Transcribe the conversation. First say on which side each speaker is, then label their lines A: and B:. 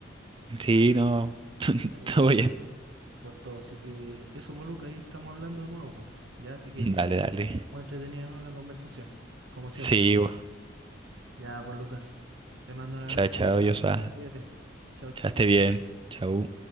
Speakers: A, on the right; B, on the right.
A: Sí,
B: por,
A: no. <laughs>
B: ahí,
A: Todo bien.
B: por todo. Así que eso, Boluca, ahí estamos hablando de nuevo, po, Ya, así que
A: Dale, dale.
B: muy entretenida, ¿no? la conversación, como siempre.
A: Sí, bo.
B: Ya, pues Lucas, te mando un abrazo,
A: Chao, chao,
B: que estés
A: Yosa.
B: muy bien, cuídate. Chao, chao.
A: Chao, esté bien. Chao.